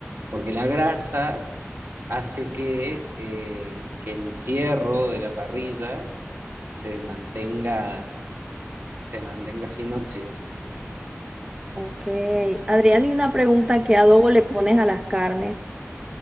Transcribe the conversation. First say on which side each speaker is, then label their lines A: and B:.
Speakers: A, on the right; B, on the right.
A: porque la grasa hace que, eh, que el fierro de la parrilla se mantenga, se mantenga sin óxido.
B: Ok. Adrián, y una pregunta, ¿qué adobo le pones a las carnes?